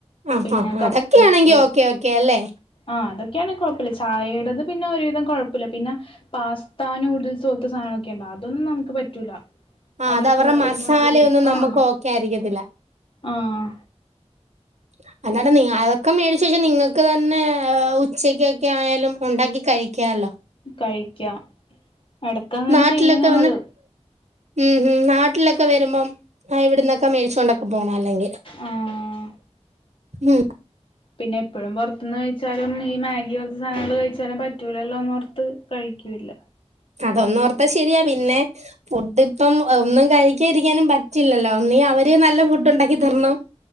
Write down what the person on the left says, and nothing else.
പിന്നെ
കപ്പ്‌ക്കേക്ക്
ആ അത് ക്കുഴപ്പല്ല ചായേടത് പിന്നെ ഒരുവിധം കുഴപ്പല്ല പിന്നെ പാസ്ത നൂഡിൽസ് പോലത്തെ സാധന ഒക്കെ ഉണ്ടാ അതൊന്നും നമുക്ക് പറ്റൂല
അതൊക്കെ
ഒരുമാതിരി
ആഹ്
ആഹ്
കഴിക്കാ എടക്ക് അങ്ങനെ
ചെയ്യും ഞങ്ങള്
ആഹ്
പിന്നെ എപ്പോഴും പുറത്തിന്ന് കഴിച്ചാലും ഈ മാഗി പോലത്തെ സാധനങ്ങൾ കഴിച്ചാലും പറ്റൂലല്ലോന്ന് ഓർത്ത് കഴിക്കൂല്ല.